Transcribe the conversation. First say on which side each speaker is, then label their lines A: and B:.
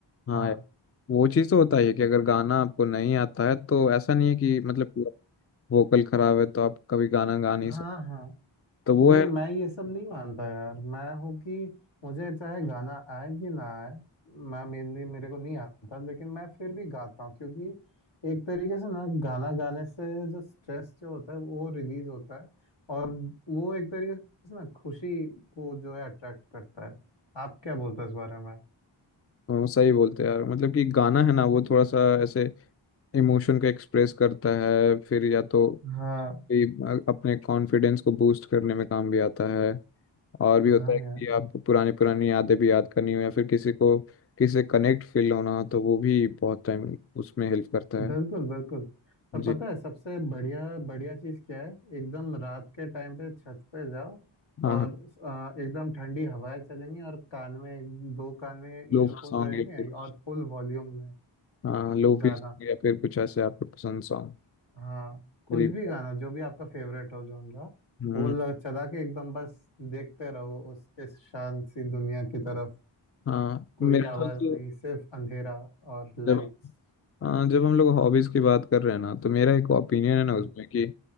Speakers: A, on the left; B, on the left.
A: हाँ
B: हाँ
A: यार, वो चीज़ तो होता ही है कि अगर गाना आपको नहीं आता है तो ऐसा नहीं है कि मतलब वोकल खराब है तो आप कभी गाना गा नहीं
B: हाँ
A: सकते
B: हाँ
A: तो वो
B: नहीं
A: है
B: मैं ये सब नहीं मानता यार मैं हूँ कि मुझे चाहे गाना आए कि ना आए मैं मेनली मेरे को नहीं आता लेकिन मैं फिर भी गाता हूँ क्योंकि एक तरीके से ना गाना गाने से जो स्ट्रेस जो होता है वो रिलीज होता है और वो एक तरीके से ना खुशी को जो है अट्रैक्ट करता है आप क्या बोलते हो इस बारे में
A: वो सही बोलते हैं यार मतलब कि गाना है ना वो थोड़ा सा ऐसे इमोशन को एक्सप्रेस करता है फिर या तो
B: हाँ
A: ये अपने कॉन्फिडेंस को बूस्ट करने में काम भी आता है और भी होता
B: हाँ
A: है कि
B: यार
A: आप पुरानी पुरानी यादें भी याद करनी हो या फिर किसी को किसी से कनेक्ट फील होना हो तो वो भी बहुत टाइम उसमें हेल्प करता
B: बिल्कुल
A: है
B: बिल्कुल और
A: जी
B: पता है सबसे बढ़िया बढ़िया चीज़ क्या है एकदम रात के टाइम पे छत पे जाओ
A: हाँ
B: और
A: हाँ
B: अ, एकदम ठंडी हवाएं चलेंगी और कान में दो कान में
A: लोफी
B: ईयरफोन
A: सॉन्ग
B: रहेंगे
A: या फिर
B: और फुल वॉल्यूम में
A: हाँ लोफी
B: गाना
A: सॉन्ग या फिर कुछ ऐसे आपको पसंद सॉन्ग
B: हाँ कुछ
A: गरीब।
B: भी गाना जो भी आपका फेवरेट हो जॉनरा
A: हम्म
B: वो लग, चला के एकदम बस देखते रहो उस इस शांत सी दुनिया की तरफ
A: हाँ
B: कोई
A: मेरा
B: आवाज
A: तो जो
B: हाँ नहीं सिर्फ अंधेरा और लाइट्स
A: जब हाँ जब हम लोग हॉबीज की बात कर रहे हैं ना तो मेरा एक ओपिनियन है ना
B: हम्म
A: उसमें कि